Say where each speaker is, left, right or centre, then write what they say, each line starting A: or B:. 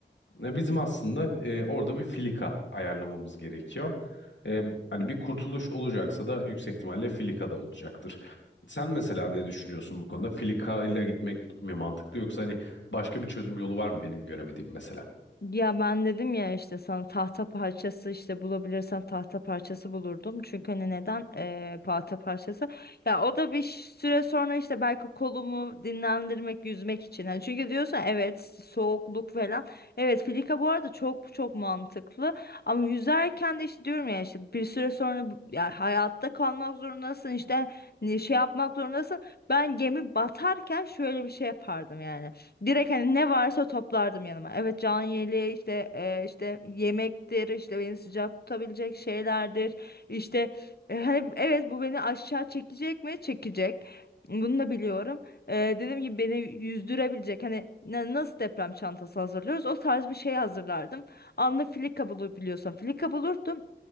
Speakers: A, on the left (about 75°); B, on the left (about 60°).
A: E, bizim aslında e, orada bir filika ayarlamamız gerekiyor. E, hani bir kurtuluş olacaksa da yüksek ihtimalle filika da olacaktır. Sen mesela ne düşünüyorsun bu konuda? Filika ile gitmek mi mantıklı yoksa hani başka bir çözüm yolu var mı benim göremediğim mesela?
B: Ya ben dedim ya işte sana tahta parçası işte bulabilirsen tahta parçası bulurdum. Çünkü hani neden eee tahta parçası? Ya o da bir süre sonra işte belki kolumu dinlendirmek, yüzmek için. Hani çünkü diyorsun evet soğukluk falan. Evet filika bu arada çok çok mantıklı. Ama yüzerken de işte diyorum ya işte bir süre sonra bu- ya hayatta kalmak zorundasın işte ne- şey yapmak zorundasın. Ben gemi batarken şöyle bir şey yapardım yani. Direkt hani ne varsa toplardım yanıma. Evet can yeleği işte e, işte yemektir işte beni sıcak tutabilecek şeylerdir. İşte e, hani evet bu beni aşağı çekecek mi? Çekecek. Bunu da biliyorum. E, dediğim gibi beni yüzdürebilecek hani na- nasıl deprem çantası hazırlıyoruz o tarz bir şey hazırlardım. Anla filika bulabiliyorsam filika bulurdum.